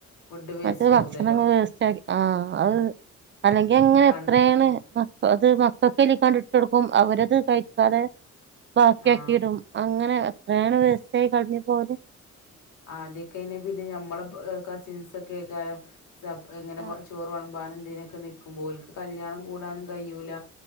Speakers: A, on the left (about 85°); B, on the right (about 40°).
A: ഫുഡ് വേസ്റ്റ്
B: മറ്റേ ഭക്ഷണങ്ങൾ
A: ആവൂലല്ലോ
B: വേസ്റ്റാക്കി ആ അത് അല്ലെങ്കി അങ്ങനെ
A: പണ്ട്
B: എത്രയാണ് മ അത് മക്കൾക്കെലിക്കണ്ട് ട്ടോടുക്കും അവരത് കഴിക്കാതെ ബാക്കിയാക്കിയിടും
A: ആഹ്
B: അങ്ങനെ. എത്രയാണ് വേസ്റ്റായി കളഞ്ഞിപോകൽ.
A: ആദ്യക്കെ പിന്നെ ഞമ്മൾ കസിൻസ് ഒക്കെ ആയികാരം സ എങ്ങനെ
B: ആ
A: ചോറ് വളബനും ന്തിനൊക്കെ നിൽക്കുമ്പോ ഓൾക് കല്യാണം കൂടാനും കഴിയൂല.